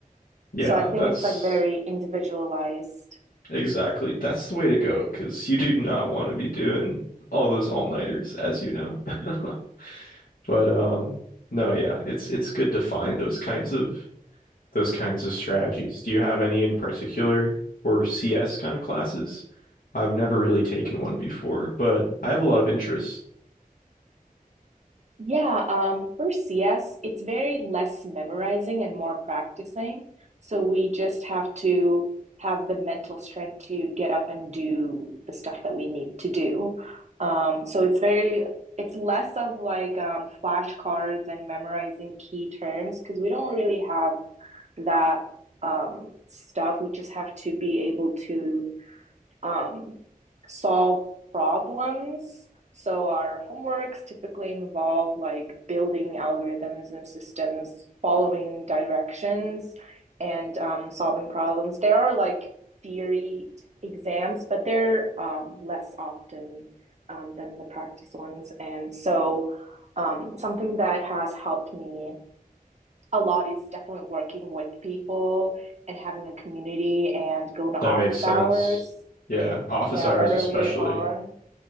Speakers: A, on the left; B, on the right.
A: Yeah,
B: so i think
A: that's
B: it's like very individualized
A: Exactly. That's the way to go because you do not want to be doing all those all-nighters, as you know. <laughs> But um no, yeah, it's it's good to find those kinds of those kinds of strategies. Do you have any in particular for CS kind of classes? I've never really taken one before, but I have a lot of interest.
B: Yeah, um, for CS, it's very less memorizing and more practicing. So we just have to have the mental strength to get up and do the stuff that we need to do. Um, so it's very, it's less of like um, flashcards and memorizing key terms because we don't really have that um, stuff. We just have to be able to um, solve problems. So our homeworks typically involve like building algorithms and systems, following directions, and um, solving problems. There are like theory exams, but they're um, less often um, than the practice ones. And so, um, something that has helped me a lot is definitely working with people and having a community and going to
A: That
B: office
A: makes sense.
B: hours
A: Yeah, office
B: yeah,
A: hours
B: earlier
A: especially.
B: on.